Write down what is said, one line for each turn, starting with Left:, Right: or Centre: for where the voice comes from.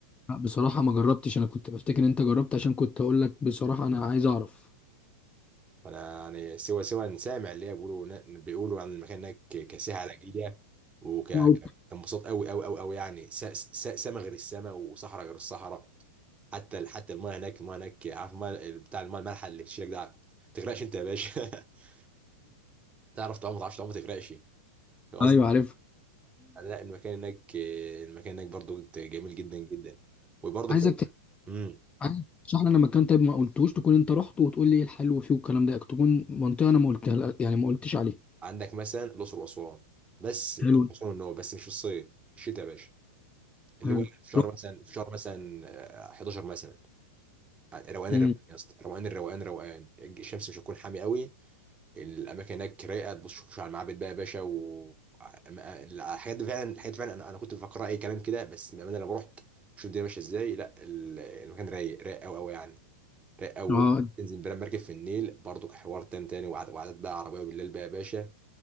Left: لا بصراحة ما جربتش أنا كنت بفتكر إن أنت جربت عشان كنت أقول لك بصراحة أنا عايز أعرف
Right: انا يعني سوى سوى إن سامع اللي هي بيقولوا بيقولوا عن المكان هناك ك- كساحه علاجيه وكانبساط
Left: <laughs>
Right: قوي قوي قوي قوي يعني س- س- سما غير السما وصحراء غير الصحراء حتى ال- حتى المايه هناك المايه هناك عارف المايه ال- بتاع المايه المالحه اللي بتشيلك ده ما تغرقش انت يا باشا <laughs> تعرف تعوم ما تعرفش تعوم ما تغرقش فاهم قصدي
Left: أيوه عارف
Right: يعني لا المكان هناك المكان هناك برضو جميل جدا جدا وبرضو
Left: عايزك
Right: في
Left: ت-
Right: امم
Left: عايز تشرح لنا مكان طيب ما قلتوش تكون انت رحت وتقول لي ايه الحلو فيه والكلام ده تكون منطقه انا ما قلتها لأ- يعني ما قلتش عليها
Right: عندك مثلا الاقصر واسوان بس الاقصر
Left: حلو
Right: واسوان ان هو بس مش في الصيف في الشتاء يا باشا اللي
Left: حلو
Right: هو في شهر
Left: رحت
Right: مثلا في شهر مثلا آه، 11 مثلا آه، روقان
Left: امم
Right: الروقان يا اسطى روقان الروقان روقان الشمس مش هتكون حامي قوي الاماكن هناك رايقه تبص شوف على المعابد بقى يا باشا و أما- الحاجات دي فعلا الحاجات دي فعلا انا انا كنت بفكر اي كلام كده بس بامانه لما رحت شوف الدنيا ماشيه ازاي لا ال- المكان رايق رايق قوي قوي يعني رايق قوي
Left: اه
Right: تنزل بلا مركب في النيل برضو حوار تاني تاني وعد- وعدد بقى عربيه بالليل بقى يا باشا